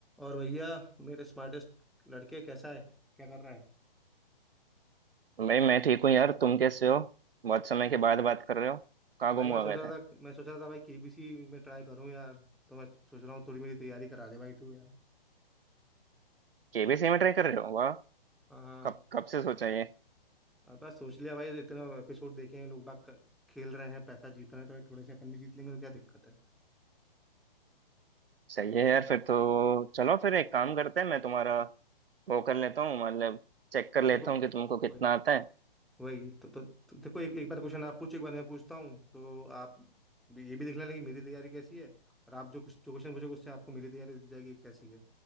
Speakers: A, in the centre; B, on the right.
A: और भैया मेरे स्मार्टेस्ट लड़के कैसा है क्या कर रहा है
B: भाई मैं ठीक हूँ यार तुम कैसे हो बहुत समय
A: मैं-
B: के बाद बात कर रहे हो कहाँ
A: भाई
B: गुम
A: मैं
B: हुआ
A: सोच
B: गए
A: रहा
B: थे
A: था मैं सोच रहा था भाई केबीसी में ट्राई करूँ यार तो मैं सोच रहा हूँ थोड़ी मेरी तैयारी करा दे भाई तू यार
B: केबीसी में ट्राई कर रहे हो वाह
A: हाँ हाँ
B: कब कब से सोचा ये
A: अब बस सोच लिया भाई इतना एपिसोड देखे हैं लोग बाग क- खेल रहे हैं पैसा जीत रहे हैं तो भाई थोड़े से अपन भी जीत लेंगे तो क्या दिक्कत है
B: सही है यार फिर तो चलो फिर एक काम करते हैं मैं तुम्हारा वो कर लेता हूँ मतलब चेक कर लेता
A: देखो
B: हूँ कि तुमको कितना
A: वही
B: आता है
A: वही तो, तो, तो देखो एक एक बार क्वेश्चन आप पूछो एक बार मैं पूछता हूँ तो आप भी- ये भी देख लेना कि मेरी तैयारी कैसी है और आप जो कुछ जो क्वेश्चन पूछोगे उससे आपको मेरी तैयारी दिख जाएगी कैसी है